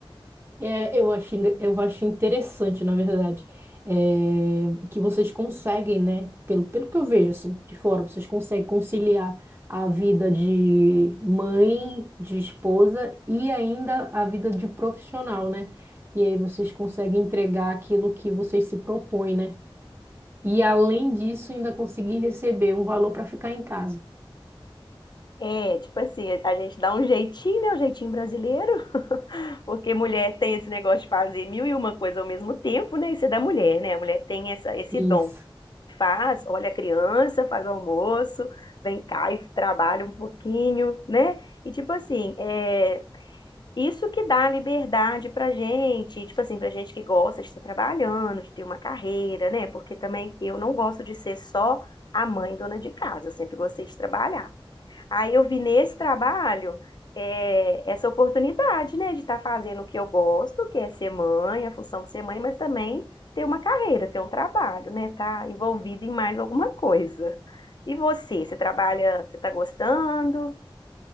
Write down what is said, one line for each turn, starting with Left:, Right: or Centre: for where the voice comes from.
Right: É, eu acho, engra- eu acho interessante, na verdade, é, que vocês conseguem, né? Pelo, pelo que eu vejo, assim, de fora, vocês conseguem conciliar a vida de mãe, de esposa e ainda a vida de profissional, né? E aí vocês conseguem entregar aquilo que vocês se propõem, né? E além disso, ainda conseguir receber um valor para ficar em casa.
Left: É, tipo assim, a gente dá um jeitinho, né? O jeitinho brasileiro, <laughs> porque mulher tem esse negócio de fazer mil e uma coisa ao mesmo tempo, né? Isso é da mulher, né? A mulher tem essa, esse
Right: Isso.
Left: dom. Faz, olha a criança, faz o almoço, vem cá e trabalha um pouquinho, né? E tipo assim, é, Isso que dá liberdade pra gente, tipo assim, pra gente que gosta de estar trabalhando, de ter uma carreira, né? Porque também eu não gosto de ser só a mãe dona de casa, eu sempre gostei de trabalhar. Aí eu vi nesse trabalho é, essa oportunidade, né, de estar fazendo o que eu gosto, que é ser mãe, a função de ser mãe, mas também ter uma carreira, ter um trabalho, né? Tá envolvido em mais alguma coisa. E você, você trabalha, você tá gostando?